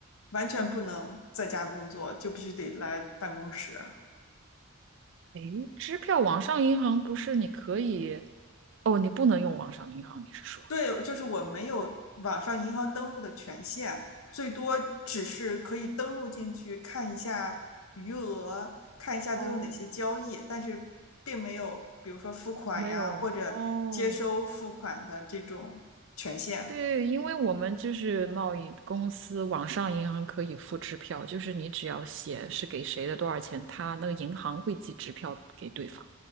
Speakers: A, on the left; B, on the right.
A: 完全不能在家工作，就必须得来办公室。
B: 诶，支票网上银行不是你可以？哦，你不能用网上银行，你是说？
A: 对，就是我没有网上银行登录的权限，最多只是可以登录进去看一下余额，看一下都有哪些交易，
B: 哦，
A: 但是并没有比如说付款呀或者接收付款的这种权限。
B: 没有哦，对，因为我们就是贸易公司，网上银行可以付支票，就是你只要写是给谁的多少钱，他那个银行会寄支票给对方，